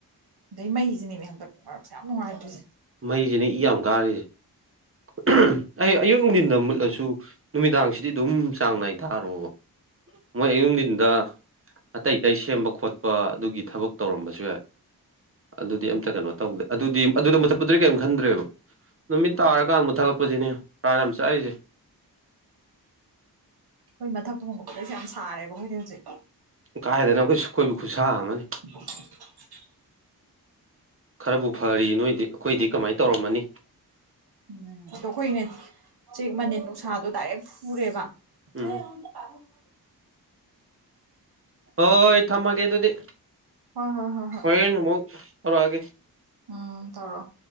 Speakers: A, on the right; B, on the right.
A: ꯑꯗꯩ ꯃꯩꯖꯤꯅꯦꯃꯦ ꯍꯟꯗꯛ ꯃꯔꯛꯁꯦ ꯌꯥꯝ ꯅꯨꯡꯉꯥꯏꯇ꯭ꯔꯤꯁꯦ
B: ꯃꯩꯖꯤꯅꯤ ꯏ ꯌꯥꯝ ꯀꯥꯔꯤꯁꯦ <unintelligible> ꯑꯩ ꯑꯌꯨꯛ ꯅꯨꯡꯊꯤꯟꯗ ꯃꯨꯠꯂꯁꯨ ꯅꯨꯃꯤꯗꯥꯡꯁꯤꯗꯤ ꯑꯗꯨꯝ ꯆꯥꯡ ꯅꯥꯏ ꯊꯥꯔꯣꯕ ꯃꯣꯏ ꯑꯌꯨꯛ ꯅꯨꯡꯗꯤꯟꯗ ꯑꯇꯩ ꯑꯇꯩ ꯁꯦꯝꯕ ꯈꯣꯠꯄ ꯑꯗꯨꯒꯤ ꯊꯕꯛ ꯇꯧꯔꯝꯕꯁꯨ ꯌꯥꯏ ꯑꯗꯨꯗꯤ ꯑꯝꯇ ꯀꯩꯅꯣ ꯇꯧꯗꯦ ꯑꯗꯨꯗꯤ ꯑꯗꯨꯗ ꯃꯨꯊꯠꯄꯗꯨꯗꯤ ꯀꯔꯤꯝ ꯈꯟꯗ꯭ꯔꯦꯕ ꯅꯨꯃꯤꯠ ꯇꯥꯔꯀꯥꯟ ꯃꯨꯠꯊꯠꯂꯛꯄꯖꯤꯅꯦ ꯄꯔꯥꯟ ꯌꯥꯝ ꯆꯥꯛꯏꯖꯦ
A: ꯑꯩꯈꯣꯏ ꯃꯊꯛ ꯊꯣꯡꯕꯄꯗꯩꯁꯦ ꯌꯥꯝ ꯁꯥꯔꯦꯕ ꯑꯩꯈꯣꯏꯗꯤ ꯍꯧꯖꯤꯛ
B: ꯀꯥꯏꯗꯩꯅꯣ ꯎꯁ ꯑꯩꯈꯣꯏꯐꯧ ꯈꯨꯠꯁꯥ ꯑꯃꯅꯤ
A: <unintelligible>
B: ꯈꯔꯕꯨ ꯐꯔꯤ ꯅꯣꯏꯗꯤ ꯑꯩꯈꯣꯏꯗꯤ ꯀꯃꯥꯏ ꯇꯧꯔꯝꯃꯅꯤ
A: ꯎꯝ ꯑꯗꯣ ꯑꯩꯈꯣꯏꯅꯥ ꯆꯦꯛ ꯃꯅꯤꯟ ꯅꯨꯡꯁꯥꯗꯣ ꯗꯥꯏꯔꯦꯛ ꯐꯨꯔꯦꯕ <unintelligible> <unintelligible>
B: ꯎꯝ ꯍꯣꯏ ꯊꯝꯃꯒꯦ ꯑꯗꯨꯗꯤ
A: ꯍꯣꯏ ꯍꯣꯏ ꯍꯣꯏ ꯍꯣꯏ
B: ꯍꯣꯔꯦꯟ ꯑꯃꯨꯛ ꯇꯧꯔꯛꯑꯒꯦ
A: ꯎꯝ ꯇꯧꯔꯣ